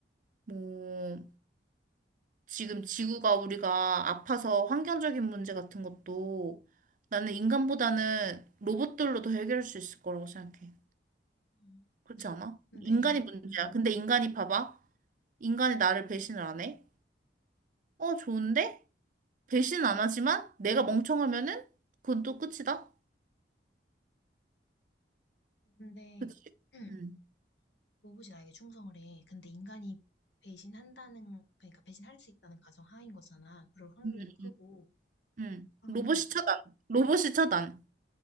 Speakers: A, on the right (about 45°); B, on the left (about 75°).
A: 뭐 지금 지구가 우리가 아파서 환경적인 문제 같은 것도 나는 인간보다는 로봇들로 더 해결할 수 있을 거라고 생각해.
B: 응.
A: 그렇지 않아?
B: 근데,
A: 인간이 문제야. 근데 인간이 봐봐. 인간이 나를 배신을 안 해. 어, 좋은데? 배신 안 하지만 내가 멍청하면은 그건 또 끝이다.
B: 근데,
A: 그치?
B: 응,
A: 응.
B: 로봇이 나에게 충성을 해. 근데 인간이 배신한다는, 그러니까 배신할 수 있다는 가정 하인 거잖아. 그럴 확률도
A: 응.
B: 크고.
A: 응. 응.
B: 그러면은,
A: 로봇이 차단. 로봇이 차단.